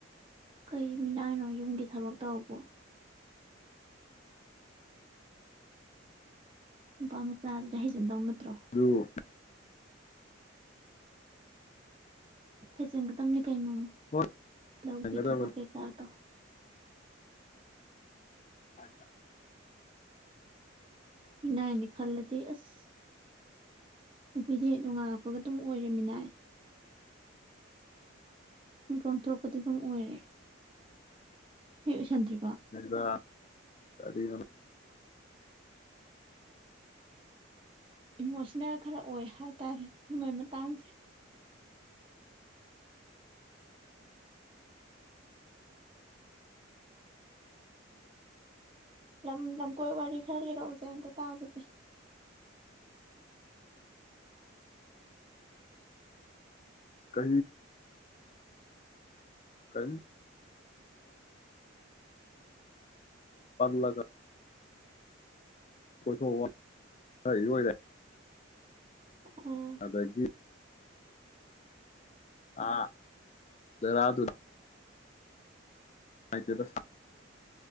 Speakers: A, on the right; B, on the left.
A: ꯀꯩ ꯃꯤꯅꯥꯏꯅꯣ ꯌꯨꯝꯒꯤ ꯊꯕꯛ ꯇꯧꯕꯧꯕꯣ ꯄ ꯃ ꯆꯥꯖꯔꯍꯤꯖꯗ ꯎꯅꯇ
B: ꯑꯗꯨꯣ
A: ꯍꯩ ꯆꯪꯒ ꯇꯝꯅꯤ ꯀꯩꯅꯣ
B: ꯍꯣꯏ
A: ꯂꯧꯒꯤ
B: ꯌꯦꯡꯒꯗꯕꯅꯤꯗ
A: ꯊꯕꯛ ꯀꯩꯀꯥꯗ
B: ꯑ
A: ꯃꯤꯅꯥꯏꯅꯤ ꯈꯜꯂꯗꯤ ꯑꯁ ꯅꯨꯄꯤꯗꯤ ꯣꯡꯉꯥꯜꯔꯛꯄꯒ ꯑꯗꯨꯝ ꯑꯣꯏꯔꯦ ꯃꯤꯅꯥꯏ ꯃꯤ ꯄꯥꯡꯊꯣꯔꯛꯄꯗꯤ ꯑꯗꯨꯝ ꯑꯣꯏꯔꯦ ꯍ ꯑꯣꯏꯁꯟꯗ꯭ꯔꯤ
B: ꯃꯗꯨꯒ ꯀꯗꯅ
A: ꯏꯃꯣꯁꯅꯦꯜ ꯈꯔ ꯑꯣꯏ ꯍꯥꯏ ꯇꯔꯦ ꯁꯤꯨꯝꯕꯩ ꯃꯇꯥꯡꯁꯦ ꯂꯝ ꯂꯝꯀꯣꯏ ꯋꯥꯔꯤ ꯈꯔ ꯂꯩꯔꯛꯎꯁꯦ ꯑꯟꯇ ꯇꯥꯈꯤꯁꯦ
B: ꯀ ꯀ ꯃꯂ ꯣꯏꯊ
A: ꯑꯥ
B: ꯑꯗꯨꯗꯒꯤ ꯑꯥ ꯔ ꯑꯗꯨ ꯍꯥꯏꯥꯏꯇꯗ ꯀꯥ